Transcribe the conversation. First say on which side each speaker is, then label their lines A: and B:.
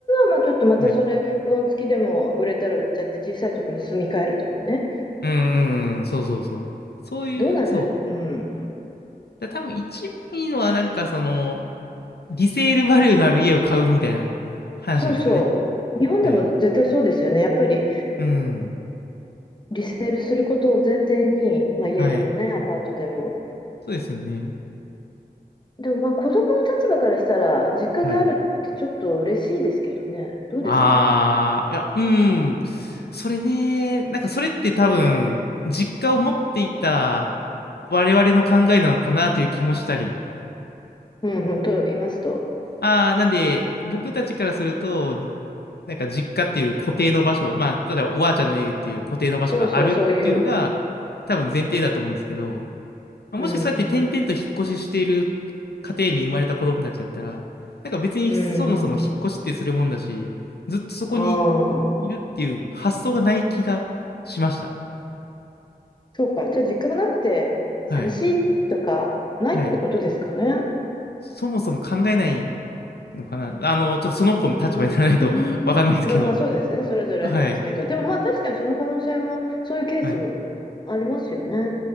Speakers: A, on the left; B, on the left.
A: は、まあ、ちょっとまたそれ、
B: はい、
A: ローン付きでも売れたら売っちゃって、小さいとこに住み替えるとかね。
B: うんうんうん、そうそうそう。そういう、
A: どうなんでしょう。
B: そう。
A: うん。
B: だ多分一番いいのはなんかその、リセールバリューのある家を買うみたいな話なんですかね。
A: そうそう。日本でも絶対そうですよね。
B: はい。
A: やっぱり
B: うん。
A: リセールすることを前提に、まあ、家でもね、
B: はい。
A: アパートでも。
B: そうですよね。
A: でもまあ子供の立場からしたら、実家があるってちょっと嬉しいですけどね。
B: はい。
A: どうですか
B: あー、いや、うん。それね、なんかそれって多分、
A: ええ
B: 実家を持っていた我々の考えなのかなという気もしたり。
A: うんうん、と言いますと。
B: ああ、なんで、僕たちからすると、なんか実家っていう固定の場所、まあ、例えばおばあちゃんの家っていう固定の場所があるっていうのが、
A: そうそう、そういう。
B: 多分前提だと思うんですけど、もしそうやって転々と引っ越ししている
A: うん。
B: 家庭に生まれた子供たちだったら、なんか別にそもそも引っ越しってするもんだし、
A: うん。
B: ずっとそこに
A: ああ。
B: いるっていう発想がない気がしました。
A: そうか。じゃあ、実家がなくて、寂しいとか、
B: はい。
A: ないってことですかね。
B: はい。そもそも考えないのかな。あの、ちょっとその子の立場にならないと
A: うーん。
B: <laughs> わかんないですけど。
A: まあまあ、そうですね。それぞれありますけど。
B: はい。
A: でもまあ、確かにその可能性も、そういうケースもありますよね。
B: はい